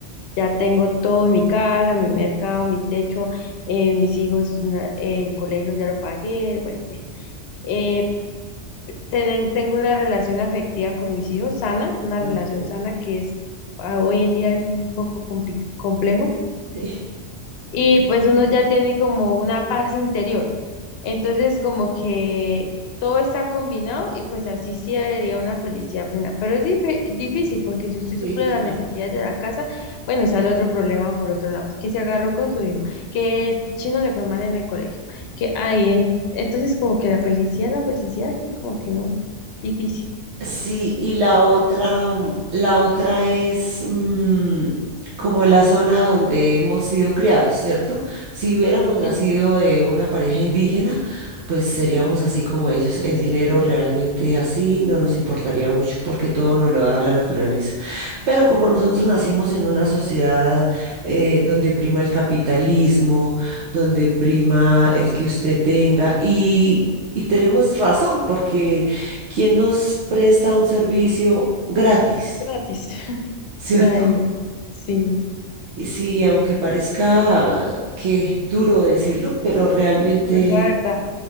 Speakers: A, on the left; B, on the right.
A: ya tengo todo, mi casa, mi mercado, mi techo, eh, mis hijos, na- el colegio ya lo pagué, bueno, bien. Tene- Tengo una relación afectiva con mis hijos, sana, una relación
B: Ujú.
A: sana que es ah, hoy en día es un poco compli- complejo
B: Sí,
A: y pues uno ya tiene como una paz interior. Entonces como que todo está combinado y pues así sí debería una felicidad plena. Pero es dif- difícil porque si usted suple
B: sí, claro.
A: las necesidades de la casa, bueno, sale otro problema por otro lado, que se agarró con su hijo, que el chino le fue mal en el colegio, que ahí en- entonces como que la felicidad, la felicidad, así como que no, difícil.
B: Sí, y la otra, mm, la otra es mm, como la zona donde hemos sido criados, ¿cierto? Si hubiéramos nacido
A: Sí,
B: de una pareja indígena, pues seríamos así como ellos. El dinero realmente así no nos importaría mucho porque todo nos lo da la naturaleza. Pero como nosotros nacimos en una sociedad eh, donde prima el capitalismo, donde prima el que usted tenga y... Y
A: sí,
B: tenemos razón, porque ¿Quién nos presta un servicio gratis?
A: gratis. <laughs>
B: ¿Cierto?
A: nadie sí,
B: Y sí, aunque parezca que duro decirlo, pero realmente
A: es la verdad.